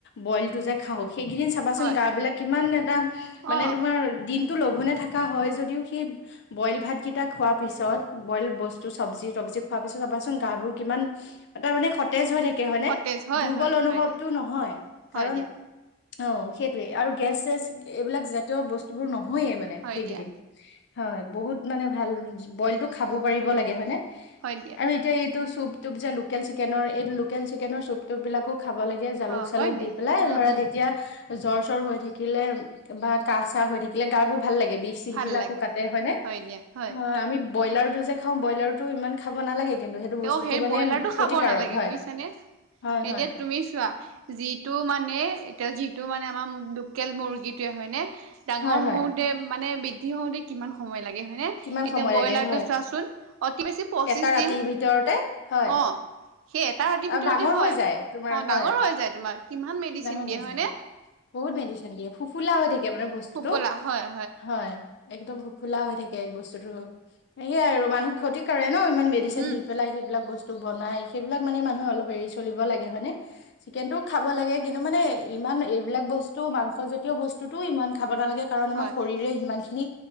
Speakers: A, on the left (about 55°); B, on the right (about 75°).
A: বইল টো যে খাওঁ সেইকেইদিন চাবাচোন
B: হয়,
A: গা বিলাক কিমান এটা মানে
B: অ'
A: তোমাৰ দিন টো লঘোুনে থকা হয় যদিও সেই বইল ভাতকেইটা খোৱা পিছত বইল বস্তু ত চব্জি তব্জি খোৱা পিছত চাবাচোন গা বোৰ কিমান এ টা মানে সতেজ হৈ থাকে <unintelligible> হয়নে
B: সতেজ হয়,
A: দুৰ্বল
B: হয়,
A: অনুভৱতটো
B: হয় দিয়া,
A: নহয়
B: হয়
A: কাৰণ
B: দিয়া,
A: অ সেইটোৱে আৰু গেছ চেছ এইবিলাক জাতীয় বস্তুবোৰ নহয়ে মানে
B: হয়
A: সেইকেইদিন
B: দিয়া,
A: হয় বহুত মানে ভাল বইল টো খাব পাৰিব লাগে হয়নে
B: হয় দিয়া,
A: আৰু এতিয়া এইটো চুপ টোপ যে লোকেল চিকেনৰ এই লোকেল চিকেনৰ চুপ টোপ বিলাকো খাব লাগে জালুক
B: অ'
A: চালুক
B: হয় দিয়া,
A: দি পেলাই
B: উম,
A: ধৰা
B: উম,
A: তেতিয়া জ্বৰ চৰ হৈ থাকিলে বা কাহ, চাহ হৈ থাকিলে গা বোৰ ভাল লাগে বিষ চিষ
B: ভাল
A: বিলাক
B: লাগে।
A: কাটে হয়নে
B: হয় দিয়া, হয়।
A: হ আমি ব্ৰয়লাৰ টোযে খাও খাওঁ ব্ৰইলাৰটো ইমান খাব নালাগে কিন্তু সেইটো বস্তুটো
B: অ', সেই
A: মানে
B: ব্ৰইলাৰটো
A: ক্ষতিকাৰক
B: খাব নালাগে
A: হয়
B: বুজিছ নে এতিয়া
A: হয় হয়
B: তুমি চোৱা যিটো মানে এ যিটো মানে আমাৰ লোকেল মুৰ্গীটোৱে হয় নে ডাঙৰ
A: হয় হয়
B: হওঁতে মানে ডি হওঁতে কিমান সময় লাগে হয় নে?
A: কিমান
B: এতিয়া
A: সময়
B: ব্ৰইলাৰটো
A: লাগে হয়
B: চোৱাচোন অতি বেছি পঁচিছ
A: এটা ৰাতিৰ
B: দিন
A: ভিতৰতে, হয়।
B: অ', সেই এটা ৰাতিৰ
A: আৰু
B: ভিতৰতে
A: ডাঙৰ
B: হয়
A: হৈ যায় তোমাৰ
B: অ
A: হয়
B: ডাঙৰ হৈ যায় তোমাৰ কিমান মেডিচিন
A: ডাঙৰ
B: দিয়ে
A: হৈ
B: হয়নে
A: যায় বহুত মেডিচিন দিয়ে ফুফুলা হৈ থাক মানে বস্তুতটো
B: ফোপোলা হয়,
A: হয় একদমোফুলা হৈ থাকে বস্তুতো সেয়াই আৰু মানুহ ক্ষতি কৰে ন ইমান মেডিচিন
B: উম।
A: দি পেলাই সেইবিলাক বস্তু বাই সেইবিলাক মানে মানুহে অলপ এৰি চল ল হয় চিকেনটো ব লাগে কিন্তু মানে ইমান এইবিলাক বস্তু মাংস জাতীয় বস্তুতটো ইমান খাব নালাগে। কাৰণ
B: হয়,
A: আমাৰ শৰীৰে সিমান খিনি